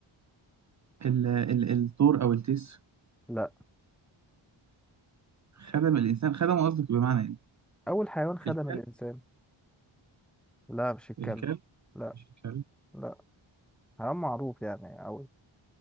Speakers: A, on the right (about 35°); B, in the centre.
A: ال ال الثور او التيس
B: لا
A: خدم الانسان خدم قصدك بمعنى ايه
B: أول حيوان خدم
A: الكلب
B: الإنسان لا مش الكلب
A: الكلب
B: لا
A: مش الكلب
B: لا حيوان معروف يعني أوي